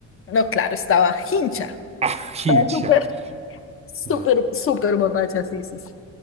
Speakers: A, on the left; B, on the right.
A: No, claro, estaba hincha,
B: Ah,
A: estaba
B: hincha.
A: súper, súper,
B: Mm,
A: súper borracha, sí, sí. sí.